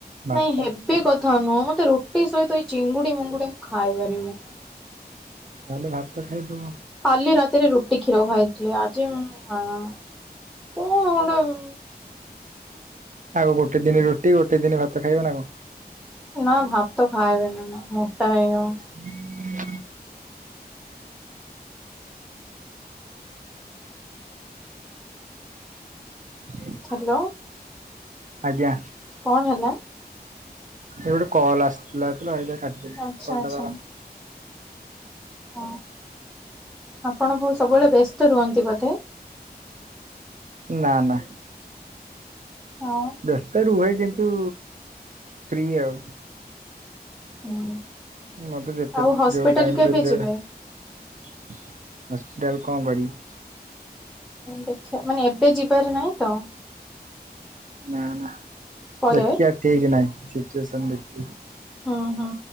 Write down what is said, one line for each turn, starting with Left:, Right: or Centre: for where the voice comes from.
Right: ଭାତ
Centre: ନାଇଁ ହେବି କଥା ନୁହଁ ମୋତେ ରୁଟି ସହିତ ଏଇ ଚିଙ୍ଗୁଡି ମିଙ୍ଗୁଡି ମୁଁ ଖାଇ ପାରିବିନି
Right: ତାହେଲେ ଭାତ ଖାଇଦବ
Centre: କାଲି ରାତିରେ ରୁଟି କ୍ଷୀର ଖାଇଥିଲି ଆଜି ମୁ ହଁ କଣ ହଁ
Right: ଆଗ ଗୋଟେ ଦିନ ରୋଟି ଗୋଟେ ଦିନ ଭାତ ଖାଇବ ନା କଣ?
Centre: ନା ଭାତ ଖାଇବିନି ମୁଁ ମୋଟା ହେଇଯିମି
Right: <unintelligible> ହଁ
Centre: ହ୍ୟାଲୋ
Right: ଆଜ୍ଞା
Centre: କଣ ହେଲା?
Right: ଏବେଟ କଲ ଆସିଥିଲାତ ସେ ପାଇଁ କାଟିଦେଲି
Centre: ଆଚ୍ଛା
Right: ଗୋଟେ
Centre: ଆଚ୍ଛା।
Right: ଥର
Centre: ହଁ ଆପଣ ବ ସବୁବେଳେ ବ୍ୟସ୍ତ ରୁହନ୍ତି ବୋଧେ?
Right: ନା ନା
Centre: ହଁ
Right: ବ୍ୟସ୍ତ ରୁହେ କିନ୍ତୁ ଫ୍ରି ଆଉ
Centre: ହୁଁ
Right: ମୋତେ ଯେତେ
Centre: ଆଉ ହସ୍ପିଟାଲ
Right: ଯୋଉ ଟାଇମରେ
Centre: କେବେ
Right: ଜ
Centre: ଯିବେ?
Right: ହସ୍ପିଟାଲ କଣ କରିବି?
Centre: ଦେଖିବା ମାନେ ଏବେ ଯିବାର ନାହିଁ ତ
Right: ନା ନା
Centre: ପରେ
Right: ଦେଖିବା ଠିକ ନାହିଁ ସିଚୁଏସନ ଦେଖି -
Centre: ହଁ ହଁ